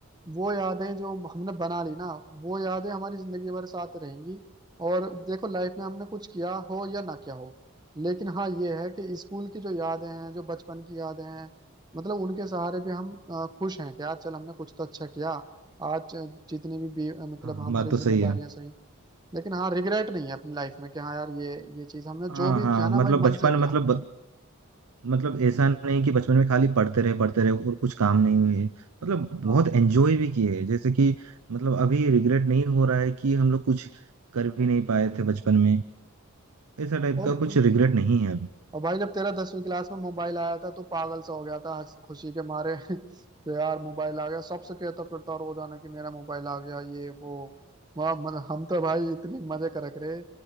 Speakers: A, on the right (about 20°); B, on the right (about 85°).
A: वो यादें जो हमने बना ली ना वो यादें हमारी जिंदगी भर साथ रहेंगी और देखो लाइफ में हमने कुछ किया हो या ना किया हो लेकिन हाँ ये है कि स्कूल की जो यादें हैं जो बचपन की यादें हैं मतलब उनके सहारे भी हम अ, खुश हैं कि यार चल हमने कुछ तो अच्छा किया आज अ, जितनी भी, भी अ, मतलब
B: हाँ हाँ
A: हमारी
B: बात तो
A: जिम्मेदारियां
B: सही है
A: सही लेकिन हाँ रिग्रेट नहीं है अपनी लाइफ में कि हाँ यार ये ये चीज हमने
B: हाँ
A: जो भी
B: हाँ
A: किया ना
B: मतलब
A: भाई
B: बचपन
A: मन से किया
B: मतलब मतलब ऐसा नहीं कि बचपन में खाली पढ़ते रहे पढ़ते रहे और कुछ काम नहीं हुए मतलब
A: हाँ
B: बहुत एंजॉय भी किए हैं। जैसे कि मतलब अभी रिग्रेट नहीं हो रहा है कि हम लोग कुछ कर भी नहीं पाए थे बचपन में ऐसा टाइप
A: और
B: का कुछ रिग्रेट नहीं है अभी
A: और भाई जब तेरा दसवीं क्लास में मोबाइल आया था तो पागल सा हो गया था हंस- खुशी के मारे <laughs> कि यार मोबाइल आ गया सबसे कहता फिरता रोजाना कि मेरा मोबाइल आ गया ये वो वाह, मतलब हम तो भाई इतनी मजे करक रहे